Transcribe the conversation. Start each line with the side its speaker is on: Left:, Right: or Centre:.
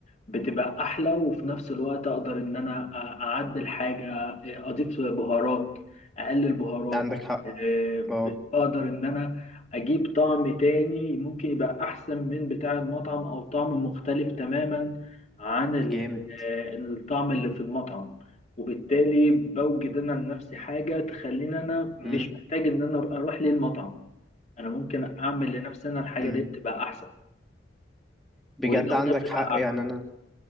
Left: بتبقى احلى وفي نفس الوقت اقدر ان انا أ- اعدل حاجه آه، اضيف بهارات اقلل بهارات
Centre: ده عندك حق
Left: أه،
Centre: اه
Left: بقدر ان انا اجيب طعم تاني ممكن يبقى احسن من بتاع المطعم او طعم مختلف تماما عن ال-
Centre: جامد
Left: أه، الطعم اللي في المطعم وبالتالي بوجد انا لنفسي حاجه تخليني انا مش
Centre: امم
Left: محتاج ان انا اروح للمطعم انا ممكن اعمل لنفسي انا الحاجه
Centre: امم
Left: دي تبقى احسن
Centre: بجد
Left: والجوده
Centre: عندك
Left: بتبقى
Centre: حق يعني
Left: احسن
Centre: انا